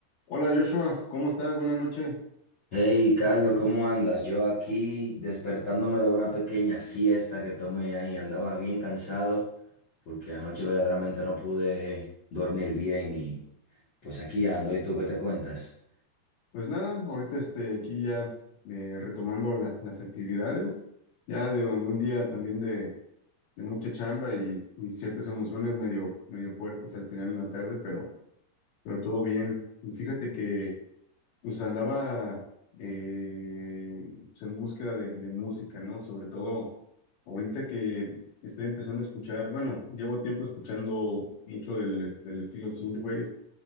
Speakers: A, on the left (about 65°); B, on the left (about 45°).
A: Hola Joshua, ¿cómo estás? Buenas noches.
B: Hey, Carlos, ¿cómo andas? Yo aquí despertándome de una pequeña siesta que tomé ahí. Andaba bien cansado porque anoche verdaderamente no pude dormir bien y pues aquí ando. ¿Y tú qué te cuentas?
A: Pues nada, ahorita este, aquí ya eh, retomando la- las actividades, ya de un día también de, de mucha chamba y, y ciertas emociones medio, medio fuertes al final en la tarde, pero, pero todo bien. Y fíjate que pues andaba eh, pues, en búsqueda de, de música, ¿no? Sobre todo ahorita que estoy empezando a escuchar, bueno, llevo tiempo escuchando mucho del, del estilo synthwave